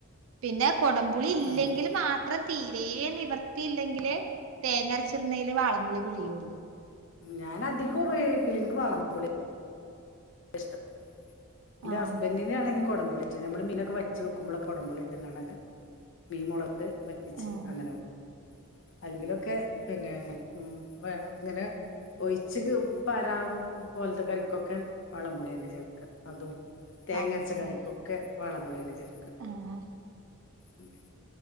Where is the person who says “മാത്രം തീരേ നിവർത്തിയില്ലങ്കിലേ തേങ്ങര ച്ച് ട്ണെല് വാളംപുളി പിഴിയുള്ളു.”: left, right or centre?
Right